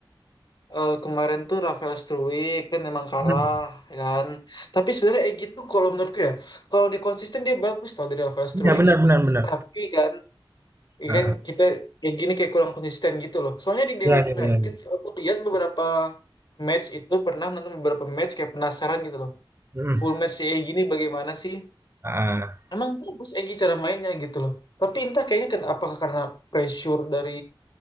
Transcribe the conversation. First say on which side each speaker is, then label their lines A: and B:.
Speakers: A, on the left; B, on the right.
A: eh, kemarin tuh Rafael Struwik kan emang kalah
B: Hmm.
A: ya kan. Tapi sebenarnya eh gitu kalau menurutku ya, kalau dia konsisten dia bagus tau dari Rafael Struwik.
B: Iya benar benar benar.
A: Tapi kan ya
B: Ah,
A: kan kita kayak gini kayak kurang konsisten gitu loh. Soalnya di Dewa
B: ya, ya,
A: United
B: ya. ya.
A: aku lihat beberapa match itu pernah nonton beberapa match kayak penasaran gitu loh.
B: mm-mm.
A: Full match si eh gini bagaimana sih?
B: Ah,
A: Emang bagus Egy cara mainnya gitu loh. Tapi entah kayaknya ken apakah karena pressure dari